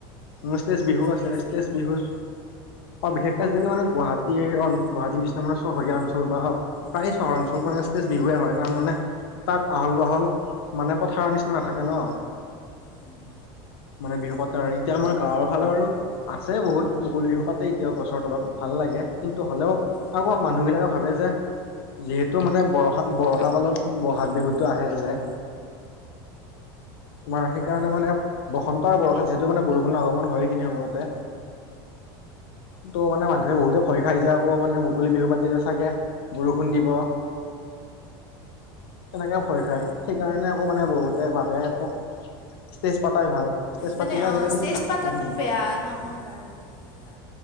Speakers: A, on the left; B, on the left.
A: ম তেজ বিহু
B: ষ্টেজ
A: আছে তেজ বিহু
B: হয়।
A: <unintelligible> বিশেষকে আজিকালি মানে গুৱাহাটীৰ গুৱাহাটীৰ নিচিনা মানে চহৰীয়া অঞ্চল বা প্ৰায় চহৰ অঞ্চল মানে বিহুৱে হয় কাৰণ মানে তাত আহল বাহল মানে পথাৰৰ নিচিনা নাথাকে ন? <unintelligible>
B: উম
A: মানে বিহু পাতো আৰু এতিয়া আমাৰ গাঁৱৰ ফালে বাৰু আছে বহুত মুকলি বিহু পাতে এতিয়াও গছৰ তলত ভাল লাগে কিন্তু হ'লেও
B: উম
A: আকৌ মানুহ বিলাকে ভাবে যে যিহেতু মানে বৰষা বৰষা কালত ব'হাগ বিহুটো আহে যে, তোমাৰ সেইকাৰণে মানে বসন্ত আৰু বৰষাত যিহেতু মানে বৰষুণৰ আগমন হয়। সেইখিনি সময়তে তোৰ মানে মানুহে বহুতে ভয় খাই যায়। আকৌ মানে মুকলি বিহু পাতিলে চাগে বৰষুণ দিব। তেনেকে ভয় খায়। সেইকাৰণে আকৌ মানে বহুতে ভাবে আকৌ ষ্টেজ পাতাই ভাল। ষ্টেজ পাতিলেও
B: মানে অ'
A: আজিকালি
B: ষ্টেজ পাতাটো
A: উম
B: বেয়া নহয় বাৰু এতিয়া।